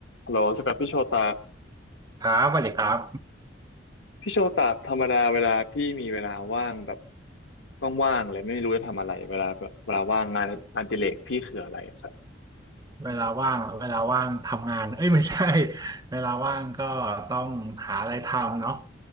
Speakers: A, on the left (about 75°); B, on the right (about 20°).
A: ฮัลโหลสกัดพี่โชตา
B: ครับสวัสดีครับ
A: พี่โชตาธรรมดาเวลาพี่มีเวลาว่างแบบว่างๆอะไรไม่รู้จะทำอะไรเวลาแบบเวลาว่างงานอดิเรกพี่คืออะไรอะครับ
B: เวลาว่างเวลาว่างทำงานเอ้ยไม่ใช่ <laughs> เวลาว่างก็ต้องหาอะไรทำเนาะ